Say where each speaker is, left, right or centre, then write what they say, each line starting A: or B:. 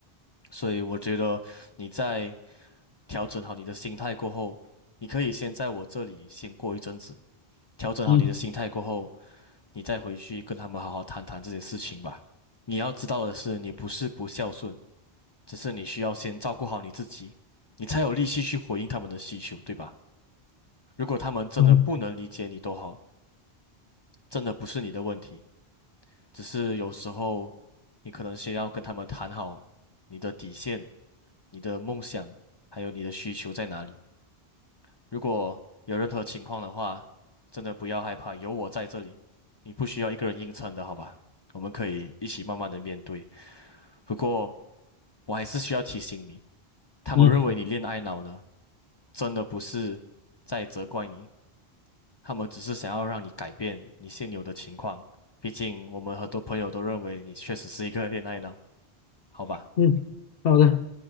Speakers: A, on the left (about 40°); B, on the left (about 70°).
A: 所以我觉得你在调整好你的心态过后，你可以先在我这里先过一阵子，调整好你的心态过后，
B: 嗯
A: 你再回去跟他们好好谈谈这件事情吧。你要知道的是，你不是不孝顺，只是你需要先照顾好你自己，你才有力气去回应他们的需求，对吧？如果他们真的不能理解你都好。
B: 嗯
A: 真的不是你的问题，只是有时候你可能先要跟他们谈好你的底线、你的梦想，还有你的需求在哪里。如果有任何情况的话，真的不要害怕，有我在这里，你不需要一个人硬撑的，好吧？我们可以一起慢慢的面对。不过我还是需要提醒你，他们认为你恋爱脑呢，
B: 嗯
A: 真的不是在责怪你。他们只是想要让你改变你现有的情况。毕竟我们很多朋友都认为你确实是一个恋爱脑，好吧？
B: 嗯，好的，